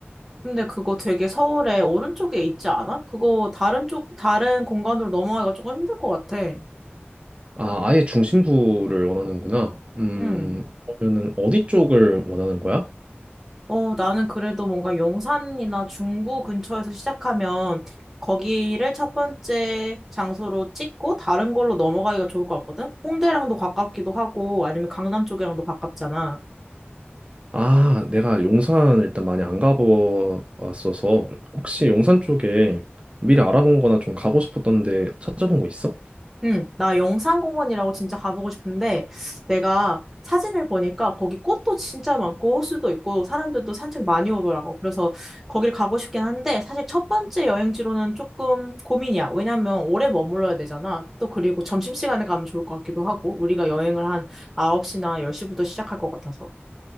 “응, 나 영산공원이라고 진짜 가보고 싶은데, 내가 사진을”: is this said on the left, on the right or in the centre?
Centre